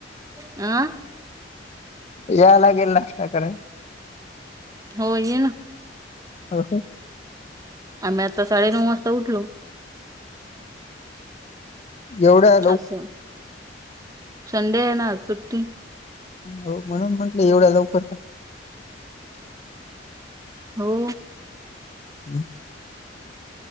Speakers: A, on the right; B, on the left.
A: अ
B: याय लागेल नाशता करायला
A: होय येन <unintelligible>
B: हो हो <unintelligible>
A: आम्ही आता साडे नऊ वाजता उठलो <unintelligible>
B: एवढं <unintelligible>
A: असं संडे आहे ना आज सुट्टी
B: हो म्हणून म्हंटलं एवढ्या लवकर <unintelligible>
A: हो
B: हम्म.